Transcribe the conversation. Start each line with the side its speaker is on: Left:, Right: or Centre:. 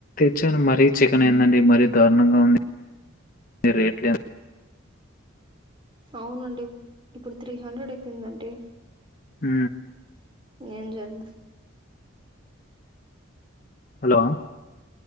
Left: చన్ మరీ చికెన్ ఏందండి మరీ దారుణంగా ఉంది రేట్లు
Right: అవునండి ఇప్పుడు త్రీ హండ్రెడ్ అయిపోయిందండి
Left: హ
Right: ఏం జెద్
Left: హలో